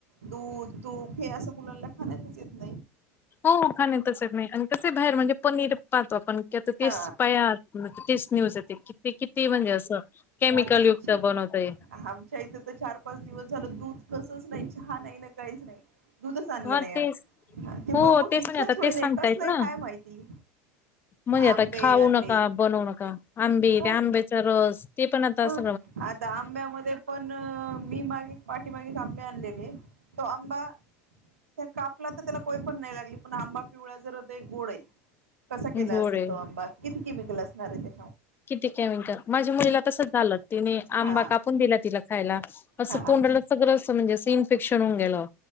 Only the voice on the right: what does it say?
दूध, तूप हे असं मुलांना खाण्यातच येत नाही.
हा
इच्छ
आमच्या इथे तर चार-पाच दिवस झालं दूध कसं दूध नाही, चहा नाही ना काहीच नाही. दुधच आणलं
नाही आम्ही.
ते
बघून
इच्छाच
होईल
कसलय
काय माहिती.
आंबे
आणले
हो
हो
आता आंब्यामध्ये पण मी मागे पाठीमागे आब आणलेले तो अंबा त्या कापला तर त्याला कोय पण नाही लागले. पण आंबा पिवळा जरद एक गोड ये. कसा केला
असेल
तो आंबा. किती केमिकल असणार आहे ते
हा
हा हा